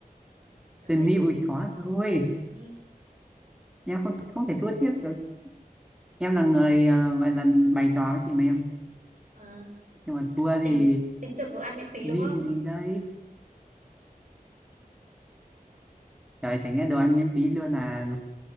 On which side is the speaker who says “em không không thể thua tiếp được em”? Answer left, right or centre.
Centre